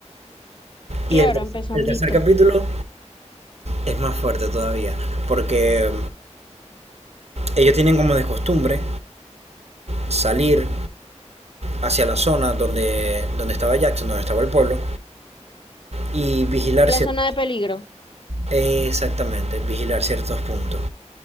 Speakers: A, on the left; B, on the right.
A: Claro,
B: Y el, ter-
A: empezandito.
B: el tercer capítulo es más fuerte todavía, porque ellos tienen como de costumbre salir hacia la zona donde, donde estaba Jackson, donde estaba el pueblo, y vigilar ciertos...
A: La zona de peligro.
B: Exactamente, vigilar ciertos puntos.